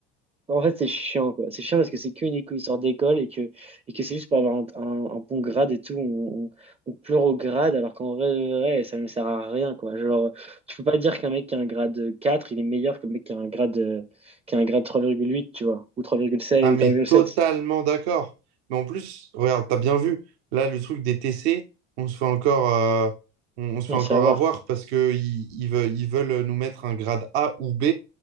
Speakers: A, on the right; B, on the right.
A: en fait, c'est chiant, quoi. C'est chiant parce que c'est qu'une éco- histoire d'école et que, et que c'est juste pour avoir un, un- un bon grade et tout. On, on, on pleure au grade alors qu'en vrai, de vrai, ça ne sert à rien, quoi. Genre, tu peux pas dire qu'un mec qui a un grade 4 il est meilleur qu'un mec qui a un grade, euh, qui a un grade trois virgule huit tu vois, ou trois trois virgule sept,
B: Ah, mais
A: trois virgule
B: totalement
A: sept
B: d'accord. Mais en plus, regarde, t'as bien vu, là, le truc des TC, on se fait encore, euh, on, on se
A: Non,
B: fait encore
A: c'est à voir.
B: avoir parce que ils, ils veulent, ils veulent nous mettre un grade A ou B.